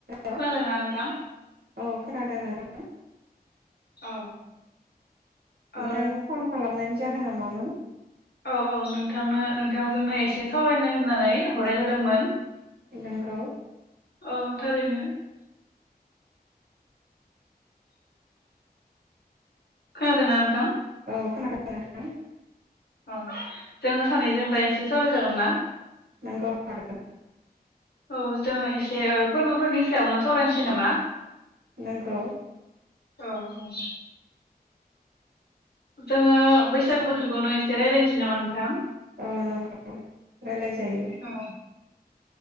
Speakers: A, on the right; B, on the left.
A: Hello
B: खोनादों ना नोंथां?
A: औ खोनादों नोंथां
B: औ।
A: नोंथांनि
B: ओ
A: फन खालामनायनि जाहोना मामोन?
B: औ औ नोंथांनो नोंथांजोंनो एसे सावरायनो होननानै हरनाय जादोंमोन।
A: नोंगौ।
B: औ थारैनो खोनादोंना नोंथां?
A: औ खोनादों नोंथां।
B: औ जोङो सानैजों दा एसे सावराय जागोन ना?
A: नोंगौ हागोन।
B: औ जोङो एसे ओ फोरबोफोरनि सायावनो सावरायनसै नामा?
A: नोंगौ।
B: औ औ। जोङो बैसागु बोथोरखौनो एसे रायलायनोसै नामा नोंथां?
A: औ नोंगौ। रायलायजायो।
B: औ